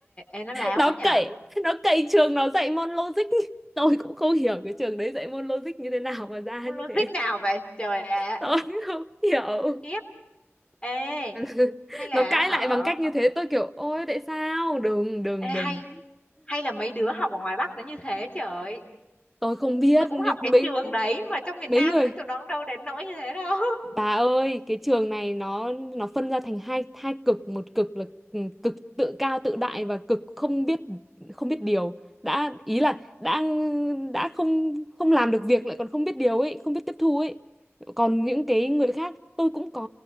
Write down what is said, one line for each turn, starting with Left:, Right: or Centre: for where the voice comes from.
Left: ê nó láo
Centre: Nó
Left: quá nhờ.
Centre: cậy, nó cậy trường nó dạy môn logic. Tôi cũng không hiểu cái trường đấy dạy môn logic như thế nào mà ra
Left: Con
Centre: như
Left: Logic
Centre: thế.
Left: nào vậy? Trời ạ.
Centre: Tôi không hiểu.
Left: khiếp ê
Centre: <laughs>
Left: hay là
Centre: nó cãi lại
Left: họ
Centre: bằng cách như thế tôi kiểu ôi tại sao đừng đừng
Left: ê, hay
Centre: đừng
Left: hay là mấy đứa học ở ngoài Bắc nó như thế trời
Centre: tôi không biết
Left: tôi cũng
Centre: nhưng
Left: học cái
Centre: mấy
Left: trường đấy mà trong miền
Centre: mấy
Left: Nam
Centre: người
Left: thì tụi nó cũng đâu đến nỗi như thế đâu
Centre: bà ơi cái trường này nó nó phân ra thành hai hai cực một cực là ừ, cực tự cao tự đại và cực không biết không biết điều đã ý là đã đã không không làm được việc lại còn không biết điều ấy không biết tiếp thu ấy còn những cái người khác tôi cũng có